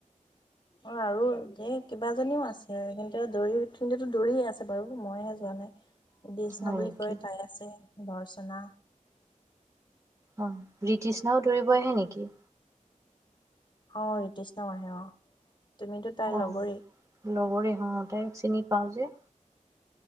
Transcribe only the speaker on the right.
হয়
নেকি
অ ব্ৰিটিষ্নাও দৌৰিব আহে নেকি
অ
লগৰে হ তাই চিনি পওঁজী